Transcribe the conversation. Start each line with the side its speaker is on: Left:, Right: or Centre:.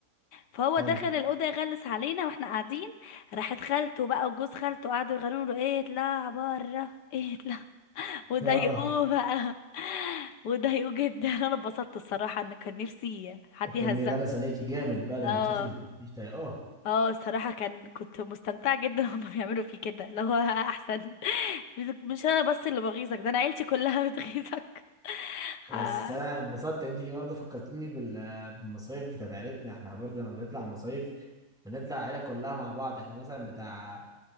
Left: فهو
Centre: حلو
Left: دخل الاوضه يغلس علينا واحنا قاعدين راحت خالته بقى وجوز خالته قعدوا يغنوا له ايه اطلع بره ايه اطلع <laughs> وضايقوه
Centre: <laughs> اه
Left: بقى وضايقوه جدا <laughs> انا اتبسطت الصراحه ان كان نفسي حد يهزقه
Centre: كان بيغلس عليكي جامد بقى ده
Left: اه
Centre: أنت شكلك ما كنتيش طايقاه اه
Left: اه الصراحة كان كنت مستمتعة جدا <laughs> هما بيعملوا فيه كده اللي هو احسن <laughs> مش انا بس اللي بغيظك ده انا عيلتي كلها <laughs> بتغيظك
Centre: بس
Left: ها،
Centre: انا انبسطت انت برضه فكرتيني بال- بالمصايف بتاعت عيلتنا احنا برضه لما بنطلع مصايف بنطلع عيله كلها مع بعض احنا مثلا بتاع